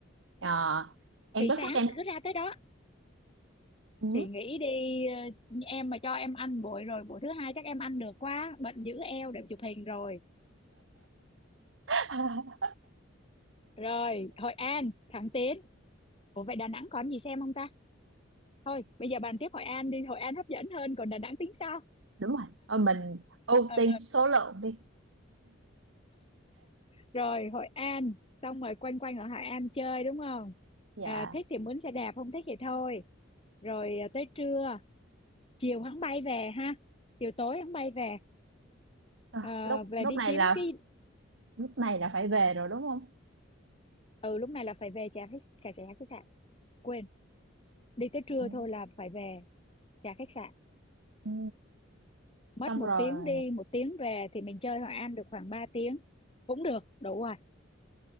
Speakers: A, on the right; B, on the left.
A: Ờ, em
B: thì
A: có
B: sáng
A: sức em
B: cứ ra tới đó
A: ừ.
B: thì nghĩ đi ờ, em mà cho em ăn buổi rồi buổi thứ hai chắc em ăn được quá bệnh giữ eo để chụp hình rồi
A: <laughs>
B: rồi Hội An thẳng tiến ủa vậy Đà Nẵng còn gì xem không ta thôi bây giờ bàn tiếp Hội An đi Hội An hấp dẫn hơn còn Đà Nẵng tính sau
A: đúng rồi Ờ, mình ưu
B: Ờ,
A: tiên số lượng đi
B: rồi Hội An xong rồi quanh quanh ở Hội An chơi đúng không
A: dạ
B: à, thích thì mướn xe đạp không thích thì thôi rồi à, tới trưa chiều hắn bay về ha chiều tối hắn bay về
A: Rồi,
B: Ờ,
A: lúc
B: về
A: lúc
B: đi
A: này
B: kiếm
A: là
B: cái
A: lúc này là phải về rồi đúng không
B: ừ lúc này là phải về trả khách trả trả khách sạn quên đi tới trưa
A: ừ.
B: thôi là phải về trả khách sạn
A: Ừ.
B: mất
A: xong
B: một
A: rồi
B: tiếng đi một tiếng về thì mình chơi Hội An được khoảng ba tiếng cũng được đủ rồi